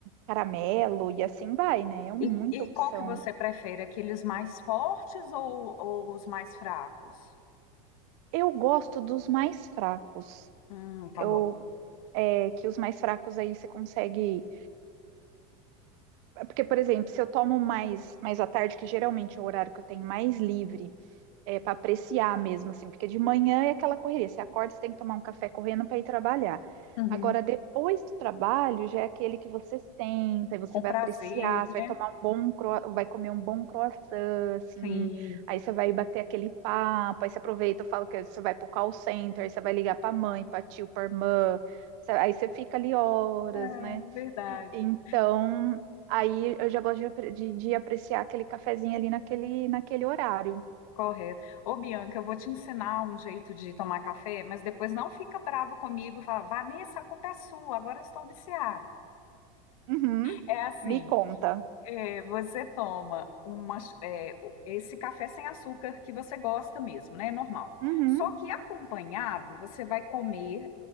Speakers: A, on the right (about 60°); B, on the left (about 75°).
A: caramelo, e assim vai, né? É muita
B: E, e
A: opção.
B: qual que você prefere? Aqueles mais fortes ou, ou os mais fracos?
A: Eu gosto dos mais fracos.
B: Hum, tá
A: Eu
B: bom.
A: é, que os mais fracos aí você consegue. é, Porque, por exemplo, se eu tomo mais, mais à tarde, que geralmente é o horário que eu tenho mais livre, é, para apreciar mesmo, assim, porque de manhã é aquela correria. Você acorda, você tem que tomar um café correndo para ir trabalhar.
B: Uhum.
A: Agora, depois do trabalho, já é aquele que você senta e você
B: Com
A: vai
B: prazer,
A: apreciar, você
B: né?
A: vai tomar um bom, cro- vai comer um bom croissant, assim,
B: Sim,
A: aí você vai bater aquele papo, aí você aproveita, eu falo que você vai pro call center, aí você vai ligar pra mãe, pra tio, pra irmã, você- aí você fica ali horas,
B: é
A: né?
B: verdade.
A: Então, aí eu já gosto de, apre- de- de apreciar aquele cafezinho ali naquele, naquele horário.
B: Correto. Ô, Bianca, eu vou te ensinar um jeito de tomar café, mas depois não fica brava comigo e fala, Vanessa, a culpa é sua, agora eu estou viciada.
A: Uhum.
B: É assim.
A: Me conta.
B: É, você toma uma, é, esse café sem açúcar que você gosta mesmo, né? é Normal.
A: Uhum.
B: Só que acompanhado, você vai comer